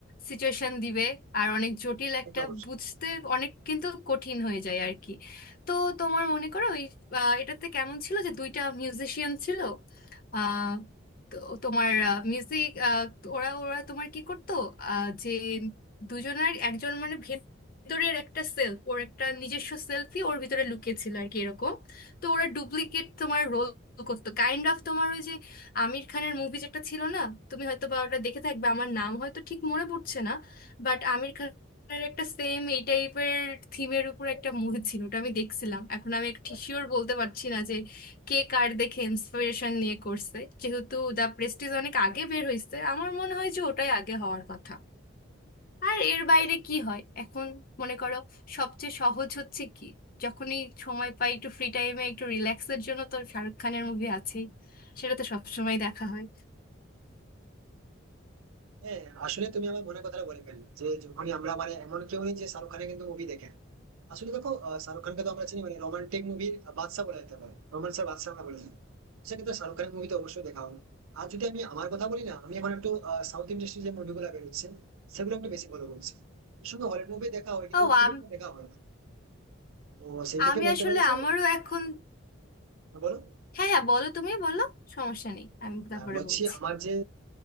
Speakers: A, on the left; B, on the right.
A: সিচুয়েশন দিবে আর অনেক জটিল
B: সে
A: একটা
B: তো অবশ্যই
A: বুঝতে অনেক কিন্তু কঠিন হয়ে যায় আর কি তো তোমার মনে করো ওই আহ, এটাতে কেমন ছিল যে দুইটা মিউজিশিয়ান ছিল আহ, তো তোমার মিউজিক ওরা ওরা তোমার কি করতো আহ, যে দুজনের একজন মানে ভেতরের একটা সেলফ ওর একটা নিজস্ব সেলফি ওর ভিতরে লুকিয়ে ছিল আর কি এরকম তো ওরা ডুপ্লিকেট তোমার রোল করতো কাইন্ড অফ তোমার আমির খানের মুভি যেটা ছিল না তুমি হয়তো বা ওটা দেখে থাকবে আমার নাম হয়তো ঠিক মনে পড়ছে না বাট আমির খানের একটা সেম এই টাইপের থিমের উপর একটা মুভি ছিল ওটা আমি দেখছিলাম এখন আমি ঠিক শিওর বলতে পারছি না যে কে কার দেখে ইন্সপিরেশন নিয়ে করছে যেহেতু দ্য প্রেস্টিজ অনেক আগে বের হয়েছে আমার মনে হয় যে ওটাই আগে হওয়ার কথা আর এর বাইরে
B: হ্যাঁ
A: কি হয় এখন মনে করো সবচেয়ে সহজ হচ্ছে কি যখনই সময় পাই একটু ফ্রি টাইমে একটু রিল্যাক্সের জন্য তো শাহরুখ খানের মুভি আছেই সেটা তো সবসময় দেখা হয়
B: হ্যাঁ আসলে তুমি আমার মনের কথাটা বলে ফেললে যে যখনই আমরা মানে এমন কেউ নেই যে শাহরুখ খানের কিন্তু মুভি দেখেন আসলে দেখো আহ, শাহরুখ খানকে তো আমরা চিনি মানে রোমান্টিক মুভির বাদশা বলা যেতে পারে রোমান্সের বাদশা আমরা বলে থাকি সেক্ষেত্রে শাহরুখ খানের মুভি তো অবশ্যই দেখা হবে আর যদি আমি আমার কথা বলি না আমি এখন একটু সাউথ ইন্ডাস্ট্রির যে মুভিগুলো বেরোচ্ছে সেগুলো একটু বেশি ফলো করছি শুধু হলিউড মুভি দেখা হয় কিন্তু
A: ও
B: খুব
A: আম-
B: একটা দেখা হয় না। তো সেই থেকে
A: আমি
B: বলতে
A: আসলে
B: পারি যে
A: আমারও এখন
B: বলো
A: হ্যাঁ হ্যাঁ বলো তুমি বলো সমস্যা নেই আমি তারপরে
B: আহ, বলছি
A: বলছি
B: আমার যে